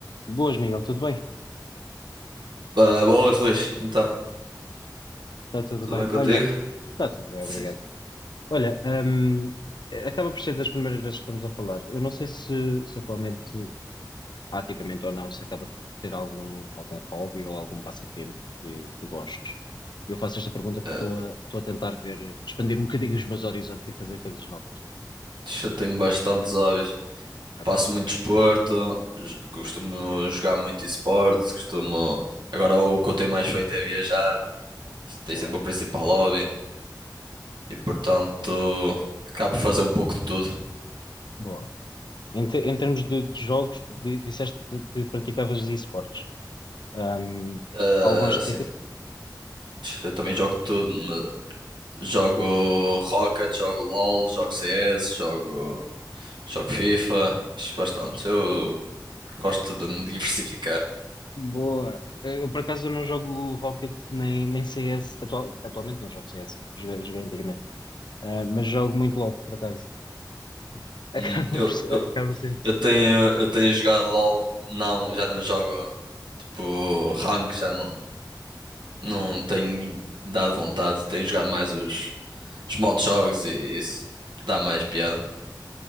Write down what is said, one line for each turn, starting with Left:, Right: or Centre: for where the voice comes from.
Left: Boas, Miguel, tudo bem?
Right: Ah, boas, Luís. Então,
Left: Está tudo
Right: tudo
Left: bem.
Right: bem contigo?
Left: Olha, está tudo bem,
Right: Sim.
Left: obrigado. Olha, hum, acaba por ser das primeiras vezes que estamos a falar. Eu não sei se, se atualmente, ativamente ou não, se acaba por ter algum, algum hobby ou algum passatempo que, que gostes. Eu faço esta pergunta porque
Right: Ah,
Left: estou a, estou a tentar ver, expandir um bocadinho os meus horizontes e fazer coisas novas.
Right: chatei-me bastante os hobbies.
Left: Ok,
Right: Passo muito desporto, j- costumo jogar muito esportes, costumo... Agora o que eu tenho mais feito é viajar. Isso tem
Left: boa,
Right: sido o meu principal hobby. E, portanto, acabo por fazer um pouco de tudo.
Left: boa. Em, te- em termos de, de jogos, di- disseste que praticavas esportes. Hum,
Right: Ah,
Left: algum em específico?
Right: sim. Eu também jogo tudo. mas Jogo Rocket, jogo LoL, jogo CS, jogo, jogo FIFA. Acho Bastante. Eu gosto de me diversificar.
Left: Boa. Eu, por acaso, não jogo Rocket nem, nem CS. Atual- atualmente não jogo CS. Joguei, joguei antigamente. Ah, mas jogo muito LOL, por acaso. <laughs> Acaba
Right: Hum, eu,
Left: por ser, acaba por ser interessante.
Right: Eu tenho, eu tenho jogado LOL, não, já não jogo tipo rank, já não, não tenho dado vontade. Tenho jogado mais os, os modos de jogos e isso. Dá mais piada,